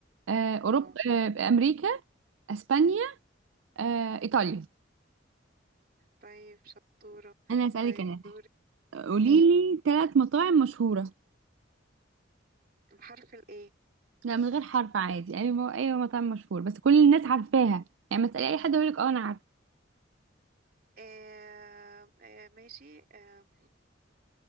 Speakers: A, on the right; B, on the right.
A: آه، أوروبا
B: اه
A: آه، أمريكا أسبانيا آه، إيطاليا
B: طيب شطورة
A: أنا هسألك
B: طيب
A: أنا
B: دورك
A: قولي
B: ماشي
A: لي ثلاث مطاعم مشهورة
B: بحرف الايه
A: لا من غير حرف عادي أي مو- أي مطاعم مشهورة بس كل الناس عارفاها يعني ما تسألي أي حد يقول لك أه أنا عارفة
B: آه آه ماشي آه